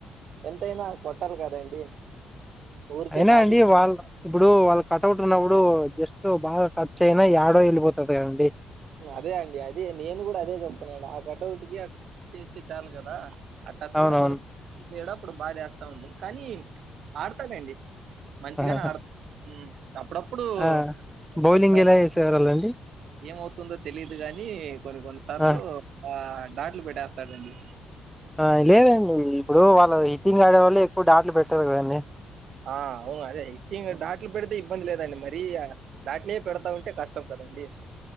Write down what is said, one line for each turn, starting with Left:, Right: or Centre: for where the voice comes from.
Right: ఎంతైనా కొట్టాలి కదండి. ఊరికే
Centre: అయినా
Right: డాట్లు
Centre: అండి వాళ్ళ ఇప్పుడు వాళ్ళ. ట్ ఉన్నప్పుడు జస్ట్ బాగా టచ్ అయినా యాడో వెళ్ళిపోతది కదండి.
Right: అదే అండి అదే నేను కూడా అదే చెప్తున్నాండి ఆ కటౌట్కి అట్లా చ్చేస్తే చాలు కదా. ఆ టచ్
Centre: అవునవును
Right: కూడా కొన్ని చేయడం అప్పుడు బాదేస్తా ఉంటంది కానీ ఆడతాడండి. మంచిగానే
Centre: ఆహా.
Right: ఆడత ఉమ్. అప్పుడప్పుడు
Centre: ఆ
Right: కొన్ని
Centre: బౌలింగ్
Right: కొన్నిసార్లు
Centre: ఎలా చేసేవాళ్ళండి
Right: ఏమవుతు. దో తెలిదు గాని కొన్ని కొన్నిసార్లు
Centre: ఆ,
Right: బా డేట్లు పెట్టేస్తాడండి.
Centre: ఆ లేదండి ఇప్పుడు వాళ్ళ హిట్టింగ్ ఆడే వల్లే ఎక్కువ డాట్లు పెట్టారు కదండి.
Right: ఆ అవును అదే ఎక్టింగ్ డాట్లు పెడితే ఇబ్బంది లేదండి మరి డాట్లే పెడతా ఉంటే కష్టం కద. అండి.